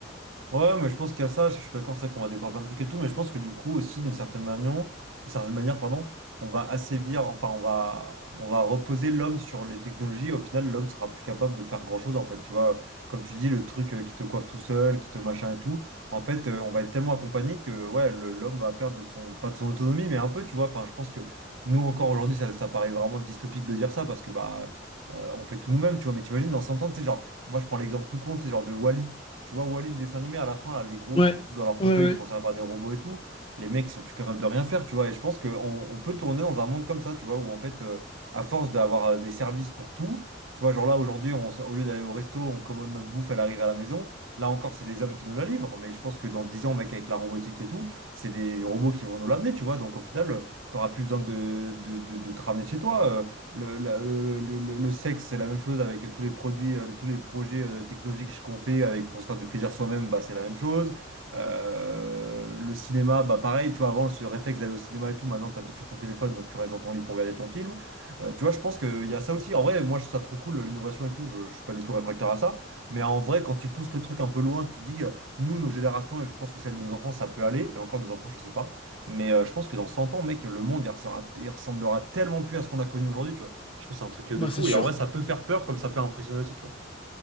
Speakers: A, on the right; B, on the left.
A: Ouais, mais je pense qu'il y a ça, je suis d'accord, c'est vrai qu'on va découvrir plein de trucs et tout, mais je pense que du coup aussi, d'une certaine manière, d'une certaine manière, pardon, on va assévir, enfin on va, on va reposer l'homme sur les technologies, et au final l'homme sera plus capable de faire grand-chose en fait, tu vois, comme tu dis, le truc euh, qui te coiffe tout seul, qui te machin et tout, en fait euh, on va être tellement accompagné que ouais, le- l'homme va perdre de son, pas de son autonomie, mais un peu, tu vois, enfin je pense que nous encore aujourd'hui, ça, ça paraît vraiment dystopique de dire ça, parce que bah... euh, on fait tout nous-mêmes, tu vois, mais t'imagines dans 100 ans, tu sais, genre, moi je prends l'exemple tout con, c'est genre de Wall-E tu vois, Wall-E, le dessin animé, à la fin, là, les gros
B: Ouais,
A: qui sont tous dans leur fauteuil,
B: ouais, ouais.
A: ils se font servir par des robots et tout. Les mecs, ils sont plus capables de rien faire, tu vois. Et je pense qu'on on on peut tourner dans un monde comme ça, tu vois, où en fait, euh, à force d'avoir euh, des services pour tout, tu vois, genre là, aujourd'hui, on s- au lieu d'aller au resto, on commande notre bouffe, elle arrive à la maison. Là encore, c'est des hommes qui nous la livrent. Mais je pense que dans 10 ans, mec, avec la robotique et tout, c'est des robots qui vont nous l'amener, tu vois. Donc au final, euh, t'auras plus besoin de, de, de, de te ramener de chez toi. euh le, la- le, le- le- le sexe, c'est la même chose avec tous les produits, euh, tous les projets euh, technologiques qu'on fait avec, pour se faire du plaisir soi-même, bah, c'est la même chose. Euh, le cinéma, bah pareil, tu vois, avant ce réflexe d'aller au cinéma et tout, maintenant t'as tout sur ton téléphone, donc tu restes dans ton lit pour regarder ton film. Euh, tu vois, je pense qu'il y a ça aussi. En vrai, moi je trouve ça trop cool, l'innovation et tout, je, je suis pas du tout réfractaire à ça. Mais en vrai, quand tu pousses le truc un peu loin, tu te dis, euh, nous, nos générations, et je pense que celle de nos enfants, ça peut aller, et encore nos enfants, je sais pas. Mais euh, je pense que dans 100 ans, mec, le monde, il ressemblera, il ressemblera tellement plus à ce qu'on a connu aujourd'hui, tu vois. Je trouve que c'est un truc de
B: Bah,
A: fou.
B: c'est sûr.
A: Et en vrai, ça peut faire peur comme ça peut impressionner aussi, tu vois.